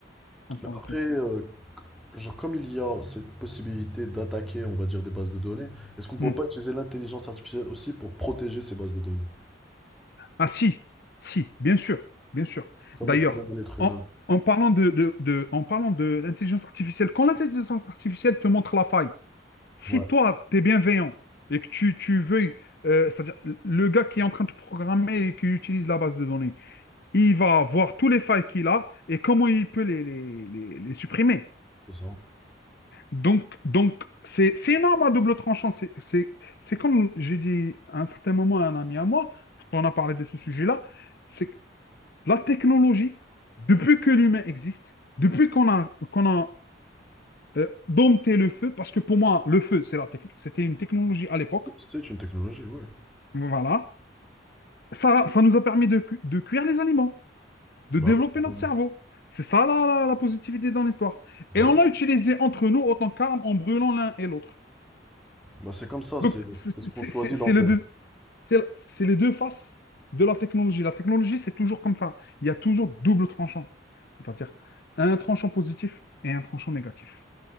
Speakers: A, on the left; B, in the centre.
A: en parenthèse.
B: Après, euh, genre, comme il y a cette possibilité d'attaquer, on va dire, des bases de données, est-ce qu'on pourrait
A: Hmm.
B: pas utiliser l'intelligence artificielle aussi pour protéger ces bases de données,
A: Ah si, si, bien sûr, bien sûr.
B: comme
A: D'ailleurs,
B: le fait bien l'être humain?
A: en, en parlant de, de- de- en parlant de l'intelligence artificielle, quand l'intelligence artificielle te montre la faille, si
B: Ouais.
A: toi, tu es bienveillant et que tu, tu veuilles, euh, c'est-à-dire le gars qui est en train de programmer et qui utilise la base de données, il va voir tous les failles qu'il a et comment il peut les, les, les- les supprimer.
B: C'est ça.
A: Donc, donc c'est, c'est une arme à double tranchant. C'est, c'est, c'est comme j'ai dit à un certain moment à un ami à moi, quand on a parlé de ce sujet-là, c'est que la technologie, depuis que l'humain existe, depuis qu'on a, qu'on a euh, dompté le feu, parce que pour moi, le feu, c'est la tec- c'était une technologie à l'époque,
B: C'est une technologie, oui.
A: voilà, ça, ça nous a permis de, cu- de cuire les aliments. de
B: Bah
A: développer
B: oui, faut pas-
A: notre cerveau. C'est ça la, la- la positivité dans l'histoire.
B: Bah
A: Et on
B: oui.
A: l'a utilisé entre nous autant qu'arme en brûlant l'un et l'autre.
B: Bah c'est comme ça,
A: Donc,
B: c'est c'est
A: c'est c'est-
B: ce qu'on choisit
A: c'est- c'est
B: d'en faire.
A: les deux, c'est- c'est les deux faces de la technologie. La technologie, c'est toujours comme ça. Il y a toujours double tranchant. C'est-à-dire un tranchant positif et un tranchant négatif.